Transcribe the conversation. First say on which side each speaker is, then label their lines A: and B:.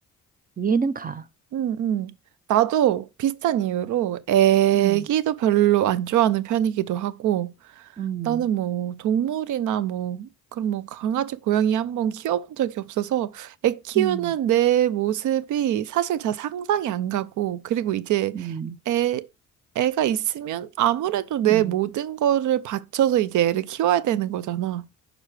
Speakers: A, on the right; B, on the right.
A: 이해는 가.
B: 음, 음. 나도 비슷한 이유로 애기도
A: 음,
B: 별로 안 좋아하는 편이기도 하고
A: 음,
B: 나는 뭐 동물이나 뭐 그런 뭐 강아지 고양이 한번 키워본 적이 없어서 애 키우는
A: 음,
B: 내 모습이 사실 잘 상상이 안 가고 그리고 이제
A: 음, 음,
B: 애 애가 있으면 아무래도 내
A: 음.
B: 모든 거를 바쳐서 이제 애를 키워야 되는 거잖아.